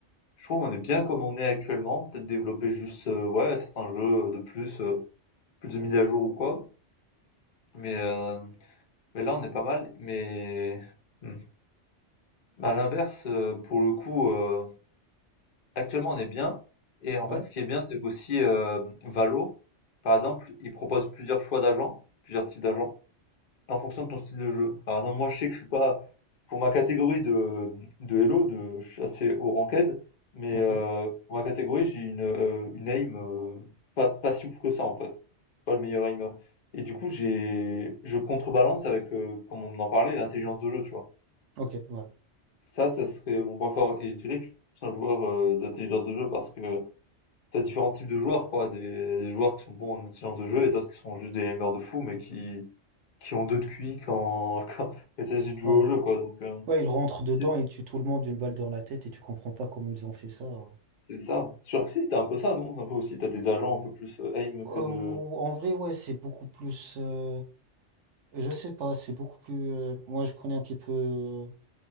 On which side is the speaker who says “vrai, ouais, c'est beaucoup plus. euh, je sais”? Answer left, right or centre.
Right